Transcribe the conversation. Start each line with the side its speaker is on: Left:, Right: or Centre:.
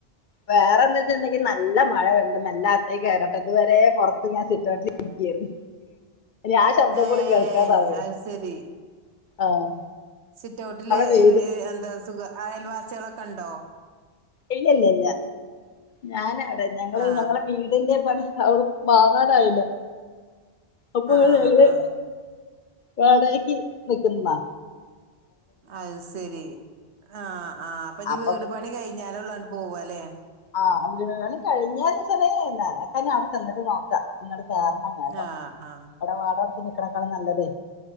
Left: വേറന്തച്ച്ണ്ടങ്കിൽ നല്ല മഴ വര്ന് മല്ലാത്തയ്ക്കാരം ഇത് വരെ പൊറത്ത് ഞാസിറ്റൈട്ടിലിര്ക്കേര്ന്നു ആഹ് ശബ്ദം
Right: ഏ
Left: ങ്കൂടി കേൾക്കാദാവേ
Right: അത് ശരി
Left: ആഹ്
Right: സിറ്റൗട്ടില്
Left: പെയ്തു
Right: എന്താ സുഖ അയൽവാസ്യേളക്കൺണ്ടോ
Left: ഇല്ലേല്ല ല്ലാഞാനവ്ടെ ഞങ്ങള്
Right: ആ
Left: ഞങ്ങളെ വീട് തിന്റെ പണി അവ് മാറാനായില്ലേ അപ്പൊ
Right: ആ
Left: ഞങ്ങള്
Right: ആ
Left: വാടകക്ക് നിക്ക്ന്നന്നാ
Right: അത് സെരി ആഹ് ആഹ് അപ്പൊഞ്
Left: അപ്പൊ
Right: വീട് പണി കയ്ഞ്ഞാലൊള്ളു അൺ പോവലേ
Left: ആഹ് വീടുകള് കഴിഞ്ഞാന്ന് സലേല കാരന അവ്ടെ ചെന്ന്ട്ട് നോക്കാ ഇങ്ങട് പോര്നേ
Right: ആഹ് ആഹ്
Left: ബടെ വാടകൊട്ത്ത് നിക്ക്ണേക്കാളും നല്ലതേ